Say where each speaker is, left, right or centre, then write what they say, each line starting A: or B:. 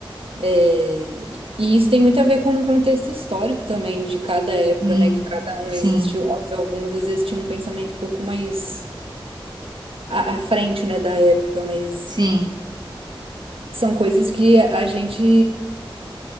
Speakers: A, on the right; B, on the right.
A: É, e isso tem muito a ver com o contexto histórico também de cada época,
B: Sim,
A: né? Que cada um
B: sim,
A: existiu. Óbvio, alguns existiam um pensamento um pouco mais à, à frente, né, da época, mas
B: sim,
A: são coisas que a gente,